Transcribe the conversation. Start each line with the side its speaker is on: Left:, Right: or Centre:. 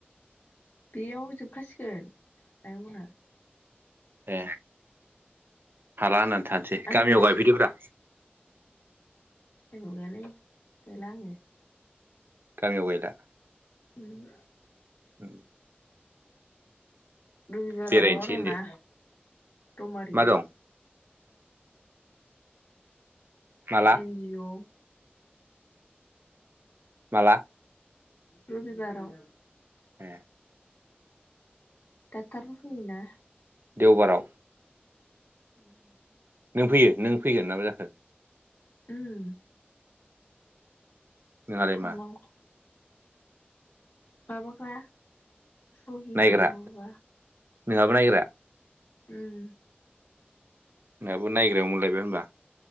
Left: बेयाव जोबखासिगोन आइंमोनहा।
Right: ए हाला होननानै थानोसै
Left: आं आंनाव
Right: गामियाव गायफैदोब्रा।
Left: जोंनाव गैयालै गैला आङो।
Right: गामियाव गैला?
Left: उम
Right: उम
Left: रबिबाराव
Right: बेरायनोसै
Left: माबा दं
Right: होनदो
Left: ना रौमारिया?
Right: मा दं माला
Left: एन जि अ
Right: माला?
Left: रबिबाराव।
Right: ए
Left: दाक्टारबो फैयो ना?
Right: देवबाराव।
Left: उम
Right: नों फैयो नों फैगोन नाबा जाखो?
Left: उम।
Right: नोंहालाय
Left: थांनांगौ
Right: मा?
Left: माबाग्रा सहि
Right: नायग्रा
Left: होनानै हरग्रा।
Right: नोंहाबो नायग्रा?
Left: उम
Right: नोंहाबो नायग्रायाव मोनलायबाय होनबा?